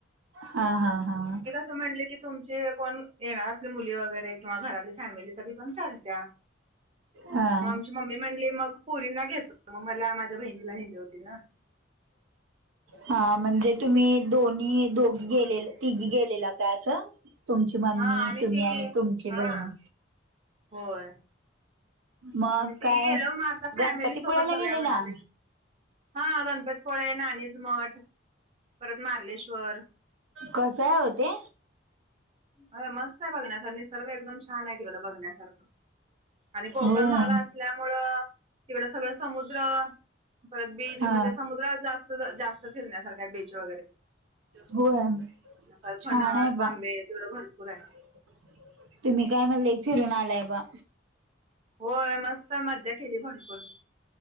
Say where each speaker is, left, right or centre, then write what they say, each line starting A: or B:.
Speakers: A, on the right; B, on the right.
A: हा हा हा हा.
B: <unintelligible> म्हणले, की तुमचे कोण येणार असतील, मुली वगैरे किंवा घरातली फॅमिली? तरी पण चालत्या
A: हा
B: मग आमची मम्मी म्हणली, मग पोरींना घेत होतो, म मला माझ्या बहिणीला नेली होती, ना.
A: हा म्हणजे तुम्ही दोनी, दोघी गेलेला तिघी गेलेला काय असं? तुमची मम्मी
B: हा आम्ही
A: तुम्ही
B: तिघी
A: आणि तुमची
B: हा
A: बहीण
B: होय,
A: मग
B: आम्ही
A: काय
B: तिघी गेलो, मग आता
A: गणपतीपुळ्याला
B: फॅमिली सोबत जाऊया
A: गेलेला
B: म्हणालोय. हा गणपतीपुळे, राणीच मठ परत मार्लेश्वर
A: कसंय, ओ ते?
B: अयं मस्त आहे बघण्यासाठी. खरं एकदम छान! आहे तिकडे बघण्यासारखं आणि कोकण
A: होय
B: भाग त्यामुळं तिकडं सगळ समुद्र परत बीच
A: हा
B: म्हणजे समुद्र जास जास्त फिरण्या सारखे आहे, बिच वगैर. <unintelligible>
A: होय छान
B: फणस,
A: आहे बा
B: आंबे तिकड भरपूर आहे.
A: <unintelligible> तुम्ही काय म लय फिरून आलाय, बा?
B: होय, मस्त मज्जा केली भरपुर.